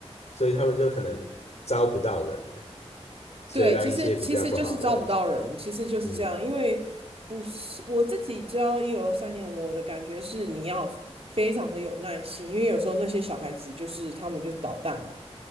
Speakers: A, on the left; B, on the right.
A: 所以他们就可能招不到人，所以让一些比较不好的人，
B: 对，其实其实就是招不到人，其实就是这样。
A: 嗯
B: 因为不是我自己教一二三年，我的感觉是你要非常的有耐心，因为有时候那些小孩子就是他们就是捣蛋嘛，